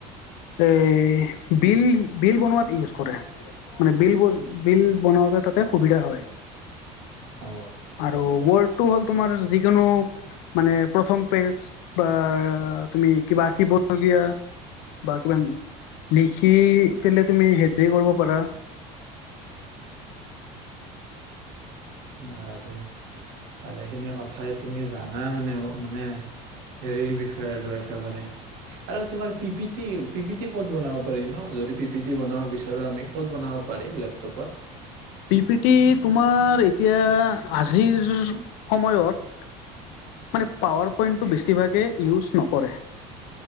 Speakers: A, on the left; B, on the right.
A: এই বিল বিল বনোৱ কৰে মান বিল বিল বতে তাতে সুবিধা হয়
B: অ
A: আৰু ৱৰ্ডটো হ'ল তোমাৰ যিকোনো মানে প্ৰথম পেজ বা তুমি কিবা আঁকিব লগিয়া বা কিবা লিখি হেপি কৰিব পৰা
B: আৰু ভালেখিনি কথাই তুমি জানা মানে মানে হেৰিৰ বিষয়ে আৰু একেবাৰে আৰু তোমাৰ P P T P PT ক'ত বনাব পাৰি ন' যদি পি পি টি বনাব বিচাৰোঁ আমি ক'ত বনাব পাৰি লেপটবত
A: পি পি টি তোমাৰ এতিয়া আজিৰ সময়ত মানে পোৱৰ প পইণ্টটো বেছিভাগে ইউজ নকৰে